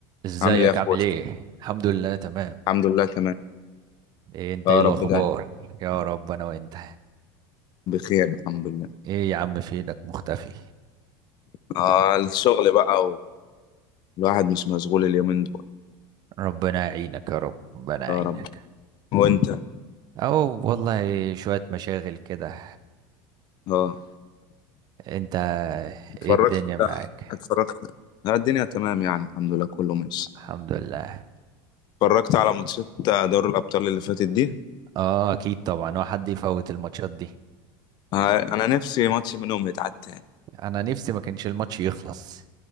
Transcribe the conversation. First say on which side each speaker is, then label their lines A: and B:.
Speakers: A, on the right; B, on the left.
A: ازيك
B: عامل ايه يا اخويا
A: عامل ايه الحمد لله تمام
B: الحمد لله تمام
A: ايه انت
B: يا
A: ايه الاخبار
B: رب ده
A: يا رب انا وانت
B: بخير الحمد لله
A: ايه يا عم فينك مختفي
B: آه الشغل بقى والواحد مش مشغول اليومين دول
A: ربنا يعينك يا رب ربنا يعينك
B: يا رب وانت
A: او والله شوية مشاغل كده
B: اه
A: انت
B: اتفرجت
A: ايه الدنيا معاك
B: اتفرجت لا الدنيا تمام يعني الحمد لله كله ماشي
A: الحمد لله
B: اتفرجت على ماتشات دوري الابطال اللي فاتت دي
A: اه اكيد طبعا هو حد يفوت الماتشات دي
B: آه انا نفسي ماتش منهم يتعاد تاني
A: انا نفسي ما كانش الماتش يخلص